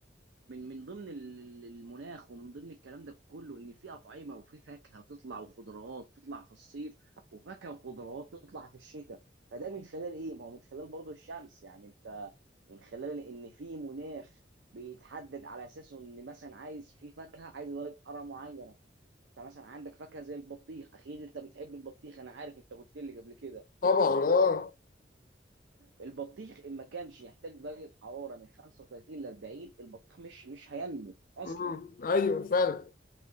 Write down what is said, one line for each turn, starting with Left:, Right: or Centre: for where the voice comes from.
Right: من من ضمن ال- ال- المناخ ومن ضمن الكلام ده كله ان في اطعمه وفي فاكهه تطلع وخضروات تطلع في الصيف وفاكهه وخضروات تطلع في الشتاء فده من خلال ايه؟ ما هو من خلال برضه الشمس يعني انت من خلال ان في مناخ بيتحدد على اساسه ان مثلا عايز في فاكهه عايز درجه حراره معينه انت مثلا عندك فاكهه زي البطيخ اكيد انت بتحب البطيخ انا عارف انت قلت لي قبل كده
Left: طبعا اه
Right: البطيخ ان ما كانش يحتاج درجه حراره من 35 ل 40 البطيخ مش مش هينمو اصلا
Left: امم ايوه فعلا